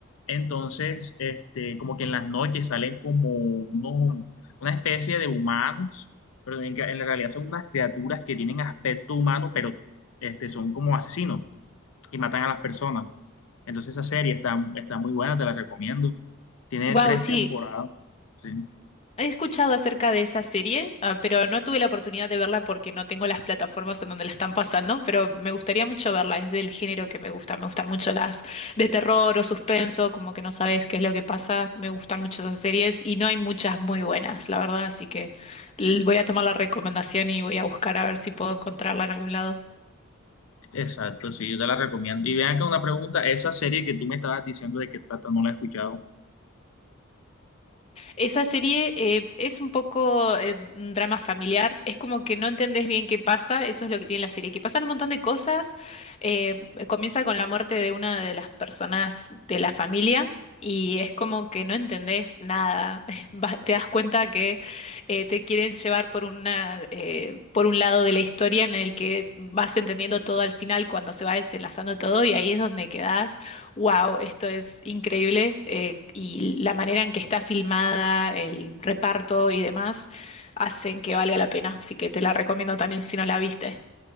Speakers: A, on the left; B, on the left.
A: Entonces, este, como que en las noches salen como unos, una especie de humanos pero en, en la realidad son unas criaturas que tienen aspecto humano, pero este, son como asesinos y matan a las personas. Entonces esa serie está, está muy buena, te la recomiendo. Tiene
B: Wow,
A: tres
B: sí.
A: temporadas. Sí,
B: He escuchado acerca de esa serie, ah, pero no tuve la oportunidad de verla porque no tengo las plataformas en donde la están pasando, pero me gustaría mucho verla, es del género que me gusta, me gustan mucho las de terror o suspenso, como que no sabes qué es lo que pasa, me gustan mucho esas series y no hay muchas muy buenas, la verdad, así que l- voy a tomar la recomendación y voy a buscar a ver si puedo encontrarla en algún lado.
A: exacto, sí, yo te la recomiendo. Y vean acá una pregunta, esa serie que tú me estabas diciendo de qué trata, no la he escuchado.
B: Esa serie eh, es un poco eh, un drama familiar, es como que no entendés bien qué pasa, eso es lo que tiene la serie, que pasan un montón de cosas, eh, comienza con la muerte de una de las personas de la familia y es como que no entendés nada, <laughs> Va- te das cuenta que eh, te quieren llevar por una, eh, por un lado de la historia en el que vas entendiendo todo al final cuando se va desenlazando todo y ahí es donde quedás Wow, esto es increíble eh, y la manera en que está filmada, el reparto y demás hacen que valga la pena, así que te la recomiendo también si no la viste.